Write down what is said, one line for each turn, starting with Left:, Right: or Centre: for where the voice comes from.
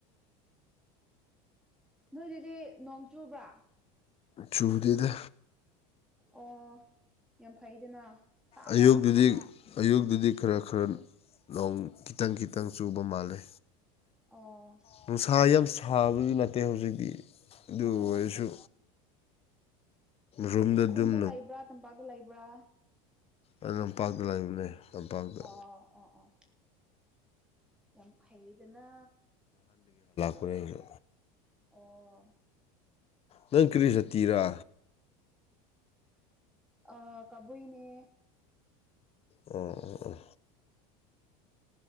Centre: ꯅꯣꯏꯗꯨꯗꯤ ꯅꯣꯡ ꯆꯨꯕ꯭ꯔꯥ
Left: ꯆꯨꯗꯤꯗ
Centre: ꯑꯣ ꯌꯥꯝ ꯐꯩꯗꯅ ꯁꯥꯕ
Left: ꯑꯌꯨꯛꯇꯛꯇꯨꯗꯤ ꯑꯌꯨꯛ ꯑꯗꯨꯗꯤ ꯈꯔ ꯈꯔ ꯅ ꯈꯤꯇꯪ ꯈꯤꯇꯪ ꯆꯨꯕ ꯃꯥꯜꯂꯦ
Centre: ꯑꯣ
Left: ꯅꯨꯡꯁꯥ ꯌꯥꯝ ꯁꯥꯕꯁꯨ ꯅꯠꯇꯦ ꯍꯧꯖꯤꯛꯇꯤ ꯑꯗꯨ
Centre: ꯑꯣ
Left: ꯑꯣꯏꯔꯁꯨ ꯔꯨꯝꯗ ꯑꯗꯨꯝ
Centre: ꯈꯨꯟꯗ ꯂꯩꯕ꯭ꯔꯥ ꯇꯝꯄꯥꯛꯇ ꯂꯩꯕ꯭ꯔꯥ
Left: ꯑ ꯂꯝꯄꯥꯛꯇ ꯂꯩꯥꯛꯕꯅꯦ ꯂꯝꯄꯥꯛꯇ
Centre: ꯑꯣ ꯑꯣ ꯑꯣ ꯌꯥꯝ ꯐꯩꯗꯅ
Left: ꯀꯔꯦꯁꯨ
Centre: ꯑꯣ
Left: ꯅꯪ ꯀ꯭ꯔꯤ ꯁꯇꯤꯔꯥ
Centre: ꯑ ꯀꯕꯨꯏꯅꯦ
Left: ꯑ
Centre: ꯍꯥꯏꯇꯥꯔꯦ